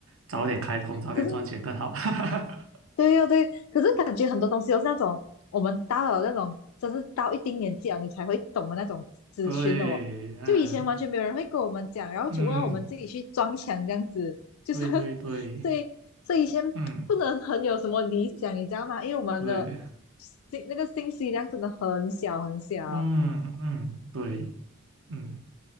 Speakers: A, on the right; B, on the left.
A: 早点开工，早点赚钱更好。
B: 可是
A: <laughs>
B: 对呀、对，可是感觉很多东西都是那种我们到了那种，真是到一定年纪了你才会懂的那种资讯的哦。
A: 对，嗯
B: 就以前完全没有人会跟我们讲，然后全部让我们自己去撞墙这样子，
A: 嗯，
B: 就是
A: 对对对，
B: <laughs> 所以所以以前不能很有什么理想，
A: 嗯
B: 你知道吗？因为我们的信那个信息量真的很小很小。
A: 对，嗯嗯对，嗯，